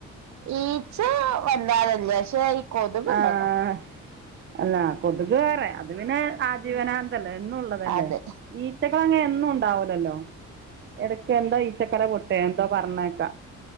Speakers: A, on the right; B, on the right.
A: ഈച്ച വല്ലാതല്ല പക്ഷെ ഈ കൊത് ഇണ്ടല്ലോ.
B: ആഹ് അല്ല കൊതുകേറെ അത് പിന്നെ ആജീവന ല്ല എന്നൂള്ളതല്ലെ.
A: അതെ
B: ഈച്ചകളങ്ങെനെ എന്നും ഇണ്ടാവൂലല്ലോ എടക്ക് എന്തോ ഈച്ചക്കര പൊട്ടേ എന്തോ പറ്ഞ്ഞേക്ക